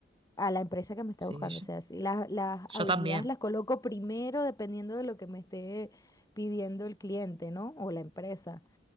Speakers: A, on the left; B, on the right.
A: a la empresa que me está
B: sí,
A: buscando.
B: yo
A: O sea, si la- las
B: yo
A: habilidades
B: también.
A: las coloco primero dependiendo de lo que me esté pidiendo el cliente, ¿no? O la empresa.